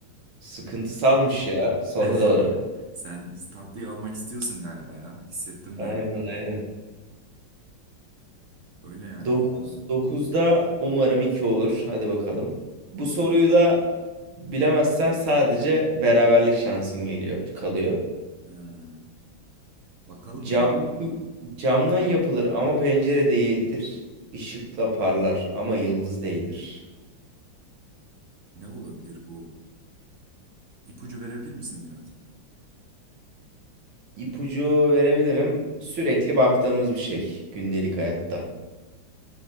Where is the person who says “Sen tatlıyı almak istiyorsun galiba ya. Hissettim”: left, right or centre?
Right